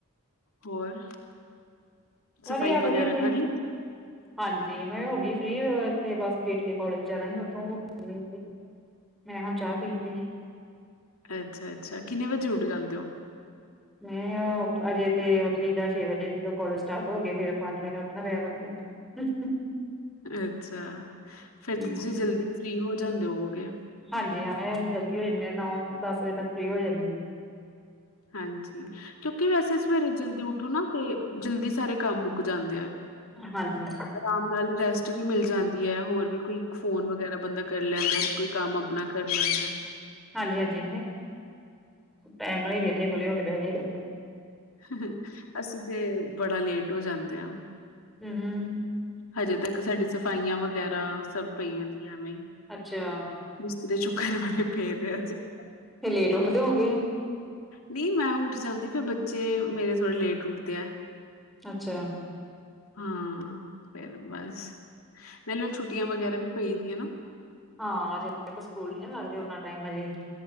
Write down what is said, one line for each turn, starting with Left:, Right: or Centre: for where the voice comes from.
Left: ਹੋਰ? ਸਫਾਈ
Centre: ਵਧੀਆ- ਵਧੀਆ
Left: ਵਗੈਰਾ
Centre: ਤੁਸੀਂ?
Left: ਕਰ ਲਿੱਤੀ।
Centre: ਹਾਂਜੀ ਮੈਂ ਹੋ ਗਈ ਫ੍ਰਰੀ, ਤੇ ਬਸ ਬੇਟੀ ਦੇ ਕੋਲੇਜ਼ ਜਾਣਾ ਹੈ। ਉਥੋਂ ਹੋ ਕੇ? ਮੈਂ ਹੁਣ ਚਾਹ ਪੀਣ ਦੀ?
Left: ਅੱਛਾ- ਅੱਛਾ ਕਿੰਨੇ ਵਜੇ ਉੱਠ ਜਾਂਦੇ ਹੋ?
Centre: ਮੈ ਅਜੇ ਤੇ ਉਠੀ ਦਾ ਛੇ ਵਜੇ, ਜਦੋਂ ਕੋਲੇਜ ਸਟਾਰਟ ਹੋ ਗਏ, ਫੇਰ ਪੰਜ ਵਜੇ ਨਾਲ ਉੱਠਣਾ ਪਿਆ ਕਰੁਗਾ। ਹੂ, ਹੂ
Left: ਅੱਛਾ, ਫਿਰ
Centre: ਹੂੰ
Left: ਤੇ ਤੁਸੀਂ ਜਲਦੀ ਫ੍ਰਰੀ ਹੋ ਜਾਂਦੇ ਹੋਵੋਗੇ।
Centre: ਹਂਜੀ ਹਾਂ, ਮੈ ਜਲਦੀ ਹੋ ਜਾਂਣੀਦੀ, ਮੈਂ ਨੌ- ਦਸ ਵਜੇ ਤੱਕ ਫ੍ਰਰੀ ਹੋ ਜਾਂਦੀ।
Left: ਹਂਜੀ। ਕਿਉਂਕਿ ਵੈਸੇ- ਸਵੇਰੇ ਜਲਦੀ ਉਠੋ, ਨਾ ਤੇ ਜਲਦੀ ਸਾਰੇ ਕੰਮ ਮੁੱਕ ਜਾਂਦੇ ਆ।
Centre: ਹਂਜੀ।
Left: ਅਰਾਮ ਨਾਲ ਰੈਸਟ ਵੀ ਮਿਲ ਜਾਂਦੀ ਹੈ, ਹੋਰ ਵੀ ਕੋਈ ਫੋਨ ਵਗ਼ੈਰਾ, ਬੰਦਾ ਕਰ ਲੈਂਦਾ ਹੈ‌। ਕੋਈ। ਕੰਮ ਆਪਣਾ ਕਰ ਲੈਂਦਾ।
Centre: ਹਾਂਜੀ -ਹਾਂਜੀ ਟੈਮ ਨਾਲ ਹੀ ਵੇਲੇ-ਵੂਲੇ ਹੋ ਕੇ ਬਹਿ ਜਾਇਦਾ ਹੈ।
Left: ਹੁ ਅਸੀਂ ਤੇ ਬੜਾ ਲੇਟ ਹੋ ਜਾਂਦੇ ਹਾਂ।
Centre: ਹੁੰ-ਹੁੰ।
Left: ਹਜੇ ਤੱਕ ਸਾਡੀ ਸਫ਼ਾਈਆਂ ਵਗੈਰਾ ਸਬ ਪਈਆਂ ਦੀਆਂ ਐਵੇ।
Centre: ਅੱਛਾ
Left: ਬਿਸਤਰੇ ਚੂਕਨ ਵਾਲੇ ਪਏ ਦੈ ਐ ਅੱਜੇ।
Centre: ਫੇਰ ਲੇਟ ਉੱਠਦੇ ਹੋ ਗੇ?
Left: ਨੀ ਮੈਂ ਉੱਠ ਜਾਂਦੀ ਫੇਰ ਬੱਚੇ ਮੇਰੇ ਥੋੜਾ ਲੇਟ ਉੱਠਦੇ ਐ।
Centre: ਅੱਛਾ?
Left: ਹਾਂ ਫਿਰ ਬਸ! ਨਾਲੇ ਛੁੱਟੀਆਂ ਵਗੈਰਾ ਵੀ ਪਈ ਦੀਆਂ ਨਾ।
Centre: ਹਾਂ, ਜਦੋ ਤੱਕ ਸਕੂਲ ਨਹੀ ਨਾ ਲੱਗਦੇ ੳਨਾ ਟਾਈਮ ਹਜੇ,